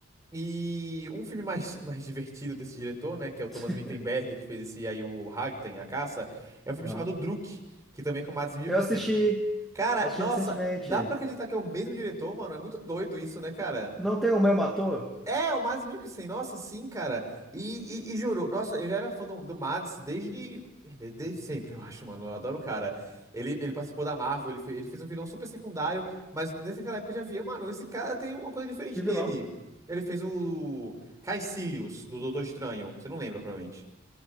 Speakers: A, on the right; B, in the centre.
A: E um filme mais, <laughs> mais divertido desse diretor, né, que é o Thomas
B: <laughs>
A: Vinterberg, que fez esse aí, o Ragtime, A Caça, é um filme
B: Aham.
A: chamado Druk, que também é com o Mads Mikkelsen.
B: Eu assisti,
A: Cara,
B: assisti
A: nossa,
B: recentemente.
A: dá pra acreditar que é o mesmo diretor, mano? É muito doido isso, né, cara?
B: Não tem o mesmo ator?
A: É, é o Mads Mikkelsen, nossa, sim, cara. E, e, e juro, nossa, eu já era fã do, do Mads desde, desde desde sempre, eu acho, mano. Eu adoro o cara. Ele, ele participou da Marvel, ele, fe- ele fez um vilão super secundário, mas naquela época eu já via, mano, esse cara tem uma coisa diferente
B: Que
A: dele.
B: vilão?
A: Ele fez o Caecilius, do Doutor Estranho. Você não lembra, provavelmente.